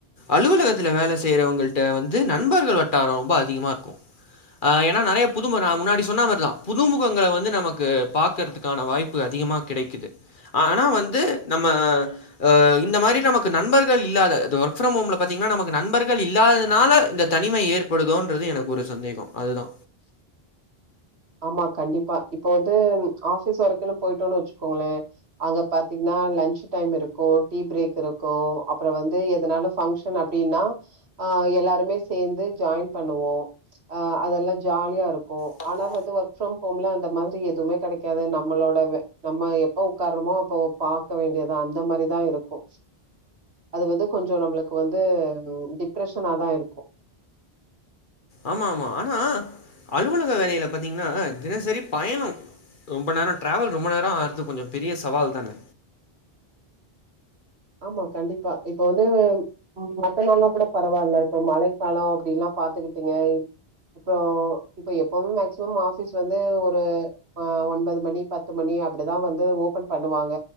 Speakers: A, on the left (about 50°); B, on the right (about 80°).
A: அலுவலகத்துல வேல செய்யறவங்கள்ட வந்து நண்பர்கள் வட்டாரோ ரொம்ப அதிகமா இருக்கு ஆ ஏன்னா நறைய புதுமுக முன்னாடி சொன்னா மாதிரிதா புதுமுகங்கள வந்து நமக்கு பாக்கறதுக்கு க்கான வாய்ப்பு அதிகமாக கெடைக்குது ஆனா வந்து நம்ம ஆ இந்த மாரி நமக்கு நண்பர்கள் இல்லாத இது ஒர்க் ஃப்ரம் ஹோம்ல பத்திங்கன்னா நமக்கு நண்பர்கள் இல்லாதனால இந்த தனிமை ஏற்படுதோன்றது எனக்கு ஒரு சந்தேகோ அதுதா
B: ஆமா கண்டிப்பா இப்ப வந்து ஆபிஸ் ஒர்க்குன்னு போயிட்டோன்னு வெச்சுக்கோங்களே அங்க பாத்தீங்கன்னா லஞ்ச் டைம் இருக்கு டி பிரேக் இருக்கு அப்புறம் வந்து எதனாலு பங்க்ஷன் அப்டின்னா ஆ எல்லாருமே சேந்து ஜாயின் பண்ணுவோ அ அதெல்லாம் ஜாலியா இருக்
A: தொறக்கு
B: ஒர்க் ஃப்ரம் ஹேம்ல அந்த மாரி எதுவுமே கெடைக் கக்காது நம்மளோடது. நம்ம எப்ப ஒக்கார்றோமோ அப்ப பாக்க வேண்டியதா அந்த மாரிதா இருக்கு அது வந்து நம்மளுக்கு வந்து கொஞ்சோ டிப்ரெஷனாதா இருக்கு
A: ஆமா ஆமா ஆனா அலுவலக வேலையில பாத்தீங்கன்னா தினசரி பயணோ ரொம்ப நேரோ ட்ராவல் ரொம்ப நேரோ ஆகுறது கொஞ்சோ பெரிய சவால் தானே
B: ஆமா கண்டிப்பா இப்ப வந்து மத்த நாள்னா கூட பரவால்ல இப்போ மழைக்காலோ அப்டில்லா பாத்துக்கிட்டீங்க இப்போ ‌இப்ப எப்பவுமே மேக்சிமம் ஆபீஸ் வந்து ஒரு ஆ ஒன்பது மணி பத்து மணி அப்டிதா வந்து ஓபன் பண்ணுவாங்க